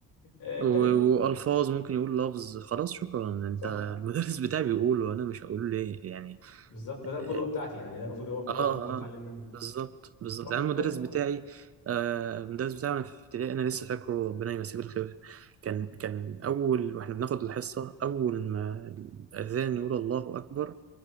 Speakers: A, on the left (about 65°); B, on the right (about 40°).
A: آه،
B: و-
A: تالت
B: والفاظ ممكن يقول لفظ خلاص شكرا انت
A: صح
B: المدرس بتاعي بيقول وانا مش هقول ليه يعني
A: بالظبط ده, ده القدوة
B: اه
A: بتاعتي يعني ده المفروض هو القدوة
B: اه
A: بتاعتي اللي بتعلم
B: آه،
A: منه
B: بالظبط بالظبط
A: برضه
B: يعني المدرس
A: برضه
B: بتاعي آه المدرس بتاعي وانا في ابتدائي انا لسه فاكره ربنا يمسيه بالخير كان كان اول واحنا بناخد الحصه اول ما الاذان يقول الله اكبر